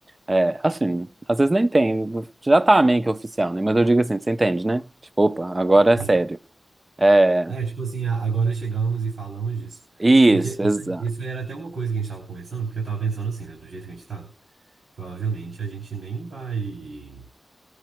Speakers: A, on the right (about 30°); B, on the right (about 85°).
A: É, assim, às vezes nem tem, já tá meio que oficial, né? Mas eu digo assim, você entende, né? Tipo, opa, agora é
B: Sim.
A: sério. É,
B: É, tipo assim, a- agora chegamos e falamos disso.
A: isso,
B: Porque
A: exato.
B: isso era até uma coisa que a gente tava conversando, porque eu tava pensando assim, né? Do jeito que a gente tá, provavelmente a gente nem vai.